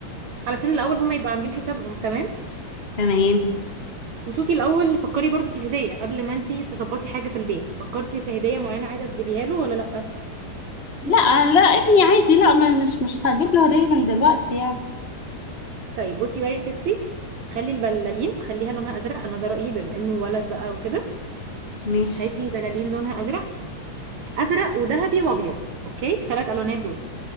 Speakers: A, on the right; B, on the left.
A: علشان الأول هم يبقوا عاملين حسابهم تمام؟
B: تمام
A: وشوفي الاول فكري برضو في الهديه قبل ما انتي تظبطي حاجه في البيت فكرتي في هديه معينه عايزه تجيبيها له ولا لا
B: لا لا ابني عادي لا ما- مش مش هجيب له هدية من دلوقتي يعني
A: طيب بصي بقى يا ستي خلي البلالين خليها لونها ازرق انا ده رايي بما انه ولد بقى وكده
B: ماشي
A: هاتي بلالين لونها ازرق ازرق وذهبي وابيض اوكي ثلاث الوانات دول